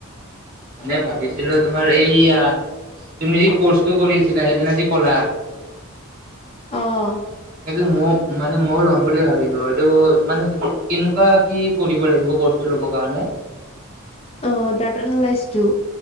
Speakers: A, on the right (about 40°); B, on the left (about 25°).
A: মানে ভাবিছিলো তোমাৰ এইয়া তুমি যি কৰ্চটো কৰিছিলা সেইদিনা যি ক'লা
B: অহ
A: সেইটো মোক মানে ময়ও ল'ম বুলি ভাবিলো, এইটো মানে কেনেকুৱা কি কৰিব লাগিব কৰ্চটো লব কাৰণে?
B: অ দাতা নলেছ টো,